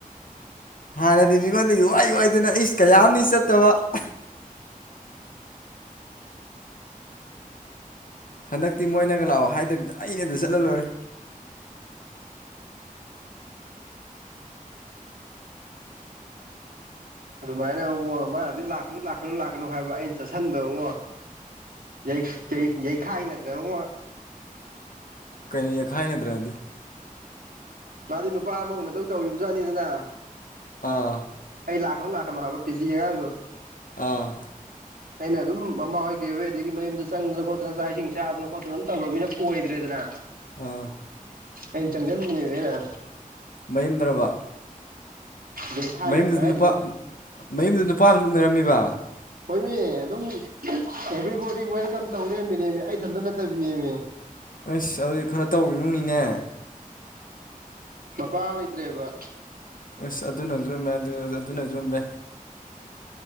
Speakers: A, on the left; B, on the right.
A: ꯍꯥꯟꯅꯗꯤ ꯃꯤꯉꯣꯟꯗ ꯏ ꯋꯥꯏꯨ ꯋꯥꯏꯗꯨꯅ ꯏꯁ ꯀꯌꯥ ꯑ ꯆꯠꯇꯕ <unintelligible> ꯍꯟꯗꯛꯇꯤ ꯃꯣꯏꯅꯒ ꯂꯥꯛꯑꯣ ꯍꯥꯏꯗꯕꯤꯗ ꯑꯩꯅ ꯑꯗꯨ ꯆꯠꯍꯜꯂꯨꯔꯦ
B: ꯑꯗꯨꯃꯥꯏꯅ ꯑꯃꯨꯣ ꯃꯥꯅꯗꯤ ꯂꯥꯛꯀꯅꯨ ꯂꯥꯛꯀꯅꯨ ꯂꯥꯛꯀꯅꯨ ꯍꯥꯏꯕ ꯑꯩꯅ ꯆꯠꯁꯤꯟꯗ ꯑꯃꯃꯣ ꯌ ꯌꯏ ꯈ ꯅꯠꯇ꯭ꯔꯦꯨ
A: ꯀꯩꯅꯣ ꯌꯦꯈꯥꯏꯅꯗ꯭ꯔꯗꯤ
B: ꯃꯥꯗꯤ ꯅꯨꯄꯥ ꯑꯃ ꯎꯅꯗꯧ ꯇꯧꯔꯤꯕꯖꯥꯠꯅꯤꯗꯅ
A: ꯑꯥ
B: ꯑꯩ ꯂꯥꯛꯀꯅꯨ ꯂꯥꯛꯀꯅꯣ ꯍꯥꯏꯕ ꯄꯤꯁꯤ ꯌꯦꯦꯒꯥꯡꯗꯣ
A: ꯑꯥ
B: ꯑꯩꯅ ꯑꯗꯨꯝ ꯃꯃꯥ ꯍꯣꯏ ꯀꯩ ꯍꯣꯏ ꯑꯗꯒꯤ ꯃꯌꯨꯝꯗꯣ ꯆꯪꯗꯅ ꯈꯣꯠꯇꯅ ꯆꯥꯛ ꯏꯁꯤꯡ ꯆꯥꯗꯅ ꯈꯣꯠꯇꯅ ꯑꯗꯨꯝ ꯇꯧꯔꯃꯤꯅ ꯀꯣꯏꯗ꯭ꯔꯦꯗꯅ
A: ꯑꯥ
B: ꯑꯦ ꯆꯪꯖꯟꯃꯅꯤꯦꯅ
A: ꯃꯌꯨꯝꯗ꯭ꯔꯕ
B: ꯌꯩꯈꯥꯏꯅꯗ꯭ꯔꯥ
A: ꯃꯌꯨꯝꯗꯨꯗ
B: ꯍꯥꯏꯁꯤꯅꯤ
A: ꯅꯨꯄꯥ ꯃꯌꯨꯝꯗꯨꯗ ꯅꯨꯄꯥ ꯑꯃ ꯂ ꯎꯅꯔꯝꯃꯤꯕ
B: ꯍꯣꯏꯃꯦ ꯑꯗꯨꯝ ꯑꯦꯚ꯭ꯔꯤ ꯣꯗꯤ ꯋꯦꯜꯀꯝ ꯇꯧꯔꯃꯤꯅꯦꯃꯦ ꯑꯩ ꯏꯊꯟꯇ ꯅꯠꯇꯕꯤꯅꯦꯃꯦ
A: ꯑꯩꯁ ꯑꯗꯨꯗꯤ ꯈꯔ ꯇꯧꯤꯅꯨꯅꯤꯅꯦ
B: ꯃꯄꯥ ꯍꯥꯂꯇ꯭ꯔꯦ ꯏꯕ
A: ꯏꯁꯁ ꯑꯗꯨꯅ ꯌꯣꯝꯃꯦ ꯑꯗꯨꯅ ꯌꯣꯝꯃꯦ